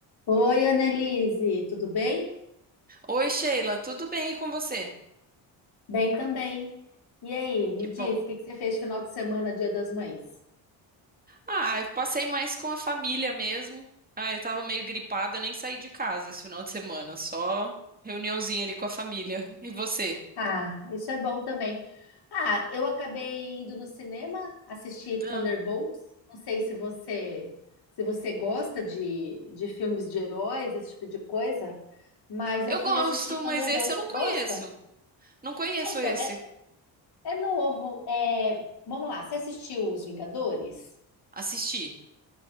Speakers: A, on the left (about 55°); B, on the right (about 20°).
A: Oi, Annelise, tudo bem?
B: Oi, Sheila, tudo bem e com você?
A: Bem também. E aí, me
B: Que
A: diz,
B: bom.
A: o que que você fez final de semana, Dia das Mães?
B: Ah, eu passei mais com a família mesmo. Ah, eu tava meio gripada, nem saí de casa esse final de semana, só reuniãozinha ali com a família. E você?
A: Ah, isso é bom também. Ah, eu acabei indo no cinema assistir Thunderbolts.
B: Ah,
A: Não sei se você se você gosta de, de filmes de heróis, esse tipo de coisa, mas
B: eu
A: eu fui
B: gosto,
A: assistir Thunderbolts.
B: mas esse eu não
A: Gosta?
B: conheço. Não conheço
A: É, então,
B: esse.
A: é, é novo. É... Vamos lá, você assistiu Os Vingadores?
B: Assisti.